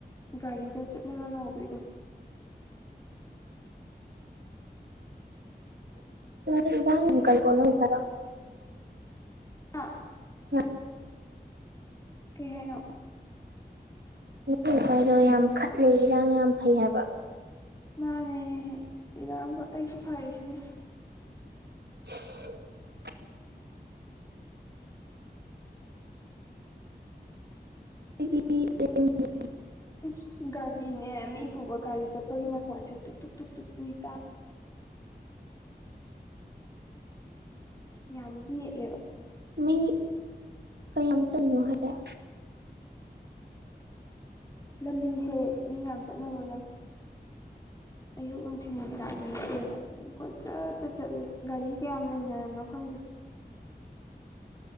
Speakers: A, on the left; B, on the right.
A: ꯒꯥꯔꯤꯗ ꯆꯠꯂꯒ ꯂꯥꯎꯕꯩꯗꯣ
B: <inaudible> <unintelligible>
A: ꯑ
B: <unintelligible>
A: ꯀꯩꯍꯥꯏꯅꫭ
B: ꯅꯣꯏ ꯅꯨꯄꯥ ꯗꯣ ꯌꯥꯝ ꯈꯠꯂꯦ ꯏꯔꯥꯡ ꯌꯥꯝ ꯐꯩ ꯍꯥꯌꯕꯥ
A: ꯃꯥꯅꯦ <unintelligible> ꯑꯩꯁꯨ ꯐꯔꯤꯁꯤꯗꯤ
B: <unintelligible> <unintelligible>
A: ꯑꯁ ꯒꯔꯤꯅꯦ ꯃꯤ ꯄꯨꯕꯥ ꯒꯥꯔꯤ ꯆꯠꯞꯒꯤ ꯃꯈꯣꯟꯁꯦ ꯇꯨꯛ ꯇꯨꯛ ꯇꯨꯛ ꯅꯦ ꯇꯥ ꯌꯥꯝ ꯌꯦꯠꯂꯦꯕꯥ
B: ꯃꯤ ꯀꯌꯥꯝ ꯆꯠꯂꯤꯅꫭ ꯍꯥꯏꯁ‌ꯦ
A: ꯂꯝꯕꯤꯁꯦ ꯃꯤ ꯌꯥꯝ ꯆꯠꯅꯕ ꯑꯌꯨꯛ ꯅꯨꯡꯊꯤꯟ ꯅꯨꯃꯤꯗꯥꯡ ꯂꯩꯇ‌ꯦ ꯑꯗꯨꯝ ꯀꯣꯏꯆꯠꯇ ꯆꯠꯂꯤ ꯒꯥꯔꯤ ꯀꯌꯥꯝ ꯂꯩꯅꯔꯕꯝꯅꯣ ꯈꯪꯗꯦ